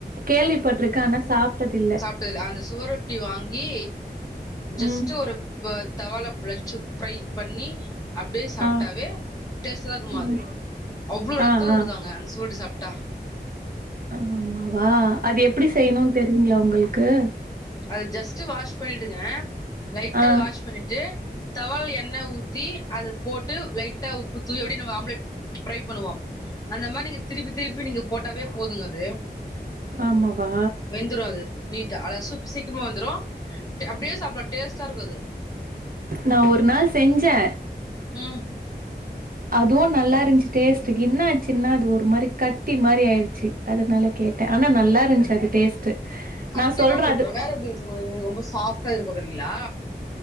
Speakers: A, on the right; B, on the left.
A: கேள்விப்பட்ருக்கே ஆனா சாப்ட்டதில்ல
B: டதில அந்த சுவரொட்டி வாங்கீ ஜஸ்ட்டு
A: ம்
B: ஒரு இப்ப அந்த் தவால ப்ழச்சு ஃப்ரை பண்ணி அப்டியே சாப்ட்டாவே
A: ஆ
B: டேஸ்டுதாக்குமா
A: ம்
B: அது அவ்ளோ ரத்த
A: ஆ,
B: ஊருதாங்க
A: ஆ.
B: அந்த சுவரொட்டி சாப்ட்டா
A: ஆமாவா அது எப்டி செய்யணுன் தெரியுங்ளா உங்களுக்கு
B: அது ஜஸ்ட்டு வாஷ் பண்ணிடுங்க லைட்டா
A: ஆ,
B: வாஷ் பண்ணிட்டு தவால எண்ணெ ஊத்தீ அத போட்டு லைட்டா உப்பு தூவி அப்டி நம்ம ஆம்ப்லேட் ஃப்ரை பண்ணுவோ அந்த மாரி நீங்க திருப்பி திருப்பி நீங்க போட்டாவே போதுங்க அது
A: ஆமாவா
B: வெந்துரு அது நீட்டா அழ சூப்பு சீக்ரமா வெந்துரூ டு அப்டியே சாப்டலா டேஸ்ட்டா இருக்கு அது
A: நா ஒரு நாள் செஞ்சே
B: உம்
A: அதுவு நல்லா இருந்ச்சு டேஸ்டுக் என்னாச்சின்னா அது ஒரு மாரி கட்டி மாரி ஆயிருச்சி அதனால கேட்டே ஆனா நல்லா இருந்ச்சு அது டேஸ்ட்டு
B: கட்டிதாங்க
A: நான் சொல்றேன்
B: இருக்கு
A: அது
B: வேற எப்டி இருக்கு போது நீங் ரொம்ப சாஃப்ட்டா இருக்கப்போறிங்களா